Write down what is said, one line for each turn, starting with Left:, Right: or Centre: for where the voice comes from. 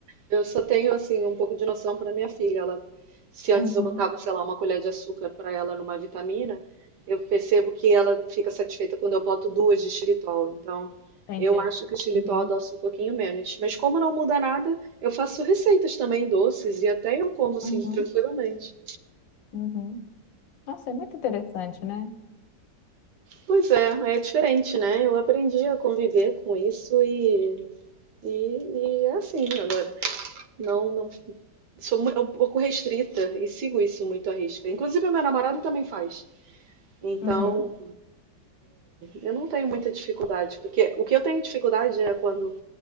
Right: Eu só tenho assim um pouco de noção para minha filha. Ela, se antes
Left: Uhum.
Right: eu botava, sei lá, uma colher de açúcar para ela numa vitamina, eu percebo que ela fica satisfeita quando eu boto duas de xilitol. Então,
Left: Entendi.
Right: eu acho que o xilitol
Left: Uhum,
Right: adoça um pouquinho menos. Mas como não muda nada, eu faço receitas também doces e até eu como assim
Left: uhum,
Right: tranquilamente.
Left: uhum. Nossa, é muito interessante, né?
Right: Pois é, é diferente, né? Eu aprendi a conviver com isso e, e, e é assim agora. Não, não sou mu- é um pouco restrita e sigo isso muito à risca. Inclusive, o meu namorado também faz. Então,
Left: Uhum,
Right: eu não tenho muita dificuldade, porque o que eu tenho dificuldade é quando,